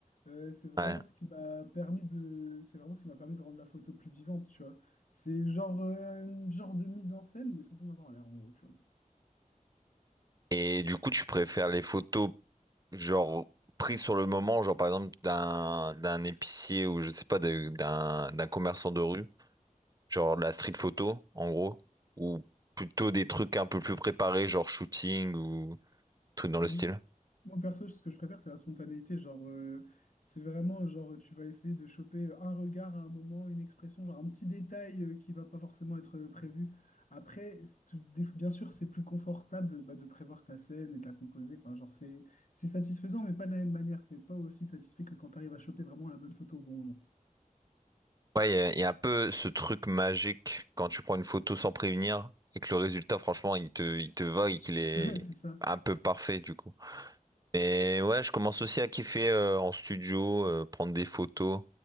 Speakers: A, on the left; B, on the right.
A: euh, c'est vraiment
B: Ouais.
A: ce qui m'a permis de c'est vraiment ce qui m'a permis de rendre la photo plus vivante, tu vois. C'est genre euh, une genre de mise en scène mais sans en avoir l'air en gros, tu vois.
B: Et du coup, tu préfères les photos, genre, prises sur le moment, genre par exemple d'un d'un épicier ou je sais pas, de- d'un d'un commerçant de rue, genre de la street photo, en gros, ou plutôt des trucs un peu plus préparés, genre shooting ou trucs dans
A: Ah
B: le
A: bon
B: style?
A: moi, perso, ce que je préfère, c'est la spontanéité. Genre, euh, c'est vraiment, genre, tu vas essayer de choper un regard à un moment, une expression, genre un petit détail euh, qui va pas forcément être euh, prévu. Après, c'est- des- bien sûr, c'est plus confortable bah, de prévoir ta scène et de la composer. Enfin, genre, c'est c'est satisfaisant, mais pas de la même manière. T'es pas aussi satisfait que quand tu arrives à choper vraiment la bonne photo au bon moment.
B: Ouais, il y, a y a un peu ce truc magique quand tu prends une photo sans prévenir et que le résultat, franchement, il te, il te va et qu'il
A: <laughs>
B: est
A: Ouais, c'est ça.
B: un peu parfait du coup. Mais ouais, je commence aussi à kiffer euh, en studio, euh, prendre des photos.